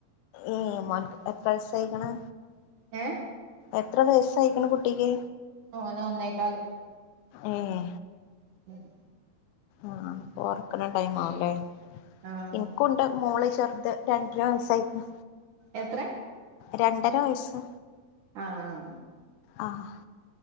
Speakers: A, on the left; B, on the right.
A: ഏഹ് മോനുക്ക് എത്ര വയസായ്ക്ക്‌ണ്
B: ഏഹ്
A: എത്ര വയസ്സായ്ക്ക്‌ണ് കുട്ടിക്ക്?
B: ഓന് ഒന്നേകാല്
A: ഏഹ്
B: ഉം
A: ആഹ് ഒറക്ക്‌ണ ടൈം ആവ്ല്ലേ
B: ആഹ്
A: ഇൻക്കും ടെ മോള് ചെറുദ് രണ്ടര വയസ്സായ്ക്ക്‌ണു
B: എത്ര
A: രണ്ടര വയസ്സ്
B: ആഹ് ആഹ്
A: ആഹ്